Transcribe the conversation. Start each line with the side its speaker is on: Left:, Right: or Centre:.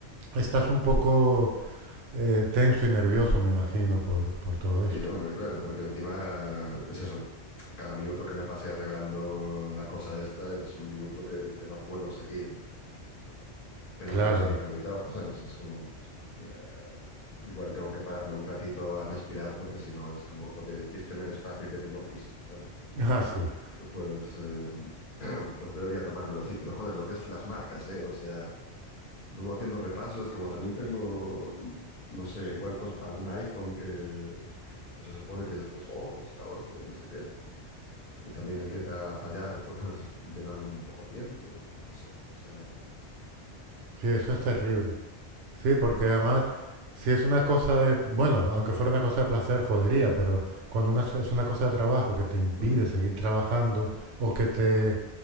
Right: estás un poco eh, tenso y nervioso, me imagino, por, por todo esto.
Left: Sí, hombre, claro, porque encima es eso, cada minuto que me pase arreglando la cosa esta es un minuto que, que no puedo seguir, que no
Right: Claro.
Left: puedo seguir con mi trabajo, ¿sabes? Es como, pues, pues mira, igual tengo que pararme un ratito a respirar porque si no es como lo de vísteme despacio que tengo prisa, ¿sabes?
Right: Ah, sí.
Left: Pues, eh, <clears throat> pues debería tomármelo así, pero joder, lo que es las marcas, ¿eh? O sea... luego haciendo repasos, como también tengo, no sé, igual cos- algún iPhone que, que, que se supone que es, oh, es la hostia y no sé qué, y también empieza a fallar por <laughs> llegado un poco tiempo y no sé, o sea,
Right: Sí, eso
Left: es una
Right: es
Left: movida.
Right: terrible. Sí, porque
Left: Yo,
Right: además, si es una cosa de, bueno, aunque fuera una cosa de placer, jodería, pero cuando una, es una cosa de trabajo que te impide
Left: hmm,
Right: seguir trabajando o que te